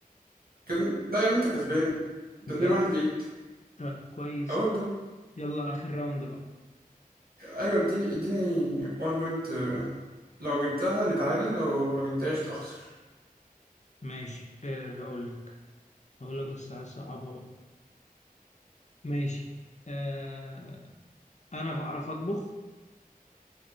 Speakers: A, on the right; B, on the left.
A: كده لا يا ابني انت كسبان ده
B: بجد
A: 2 واحد ليك
B: طيب كويس
A: اه والله
B: يلا اخر راوند بقى
A: ايوه اديني اديني 1 بوينت لو جبتها نتعادل لو ما جبتهاش تخسر
B: ماشي آه هقول لك هقول لك بس عايز صعبها بقى ماشي آه انا بعرف اطبخ